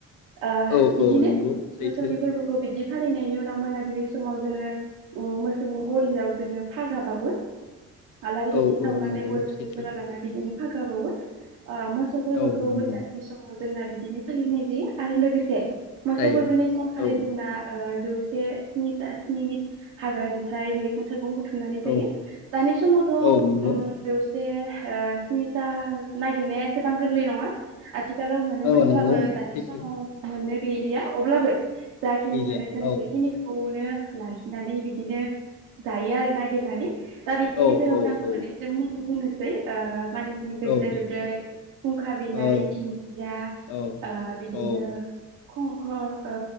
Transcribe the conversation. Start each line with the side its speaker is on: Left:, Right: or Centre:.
Right: ओ
Left: औ
Right: बिदिनो
Left: औ नंगौ सैथो
Right: मोसौनि फोरबोखौ बिदि फालिनायनि उनाव मोनाबिलि समाव जोङो ओ मोसौनि गलियाव जोङो फागा बावो आलारि
Left: औ
Right: बाथि सावनानै
Left: औ नंगौ
Right: गय फाथै
Left: सैथो
Right: फाथै जरा लाना बिदिनो हागा बावगोन। आ मोसौ फोरबोखौ
Left: औ नंगौ
Right: बैसागोनि समाव जोंना बिदिनो फालिनाय जायो आरो लोगोसे मोसौ
Left: जायो
Right: फोरबोनि समखालि
Left: औ
Right: जोंना जौ से नि बि हाग्रानिफ्राय मैगं थाइगं थुमनानै
Left: औ
Right: जायो दानि समावथ' ओम
Left: औ नंगौ
Right: जौ जे स्निथा नागिरनाया एसेबां गोरलै नङा। आथिखालाव मोनोमोनब्लाबो
Left: औ नंगौ
Right: दानि
Left: सैथो
Right: समाव मोनो। गैलिया अब्लाबो जाखिनिखौनो
Left: गैलिया
Right: जों
Left: औ
Right: बेखिनिखौनो लाखिनानै बिदिनो जायो आरो नागिरनानै। दा बेनि
Left: औ
Right: गेजेरावनो
Left: औ
Right: आं
Left: औ
Right: मोननैसो बुं बुंनोसै ओ मानिमुनि गोदो
Left: औ
Right: उनदै फुंखा बिलाइ
Left: औ
Right: दिंखिया
Left: औ
Right: ओ बिदिनो
Left: औ
Right: खंखल ओ